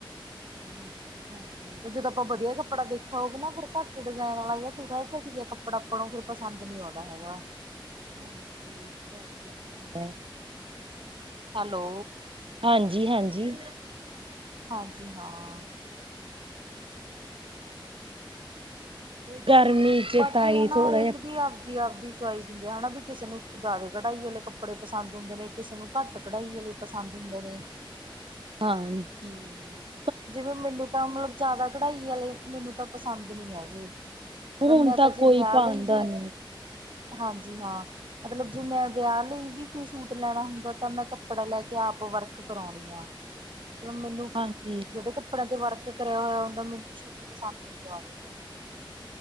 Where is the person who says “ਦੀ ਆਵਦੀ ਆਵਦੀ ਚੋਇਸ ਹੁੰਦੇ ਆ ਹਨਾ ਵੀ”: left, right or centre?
Right